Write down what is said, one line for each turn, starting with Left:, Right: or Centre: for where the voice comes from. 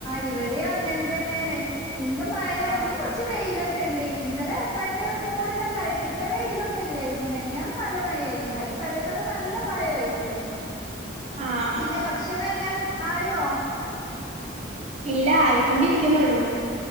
Left: ഇവിടെ യും അങ്ങൻ തന്നെയെണ് ഇന്ന് മഴ പെയ്യ്
Right: ആ
Left: ഇന്ന് കൊർച്ച് വെയില് ഒ ക്കെ ഇണ്ട് ഇന്നലെ ഭയങ്കര ഒരു മൂടിലൊക്കെ ആയിട്ട് ഇത്ര വേയിലൊന്നും ഇല്ലെയിരുന്നു മെനിയാന്ന് നല്ല മഴയായിരുന്നു അയിന്റെ തലേന്നൊക്കെ നല്ല മഴയായിരുന്നു
Right: ആ
Left: പിന്നെ
Right: ആ
Left: ഭക്ഷണം എല്ലാം. ആയോ?
Right: ഇല്ല. ആയിക്കൊണ്ടിരിക്കിന്നൊള്ളൂ.